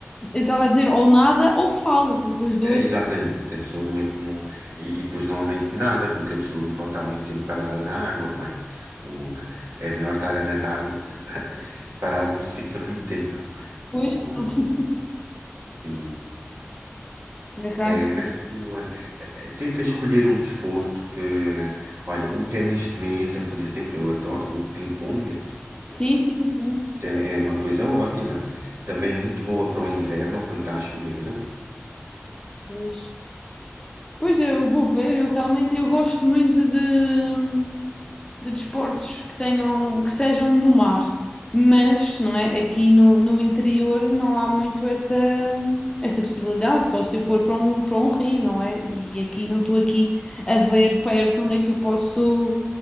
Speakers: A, on the left (about 15°); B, on the right (about 60°).
A: Eu estava a dizer ou nada ou fala, porque os dois,
B: É, Exatamente, a pessoa não, é, não- e, e depois normalmente nada, porque a pessoa não pode estar muito tempo parada na água, não é? O, é melhor estar a nadar do que pa- parado não se fica muito tempo.
A: depois,
B: O,
A: estão,
B: eh, e,
A: <laughs> por acaso,
B: eh, é, mas o, eh, eh, tenta escolher um desporto que, eh, olha, o ténis de mesa, por exemplo, eu adoro o ping-pong,
A: sim, sim, sim.
B: Isso é é uma coisa ótima, também muito boa para o inverno ou quando está a chover.
A: Pois, pois eu vou ver, eu realmente eu gosto muito de de desportos que tenham, que sejam no mar, mas não é? Aqui no, no interior não há muito essa, essa possibilidade, só se eu for para um, para um rio, não é? E aqui não estou aqui a ver perto onde é que eu posso.